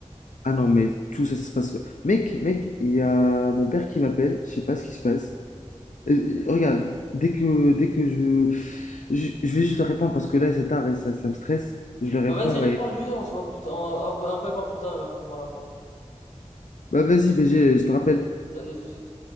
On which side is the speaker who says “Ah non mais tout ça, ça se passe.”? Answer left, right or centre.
Left